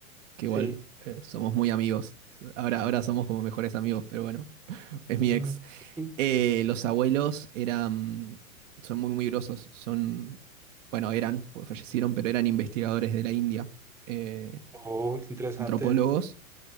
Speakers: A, on the right; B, in the centre.
A: que
B: Sí.
A: igual eh, somos muy amigos. Ahora, ahora somos como mejores amigos, pero bueno, es
B: Mm,
A: mi ex.
B: sí.
A: Eh, los abuelos eran, son muy, muy grosos. Son, bueno, eran, porque fallecieron, pero eran investigadores de la India, eh,
B: Oh, qué interesante.
A: antropólogos,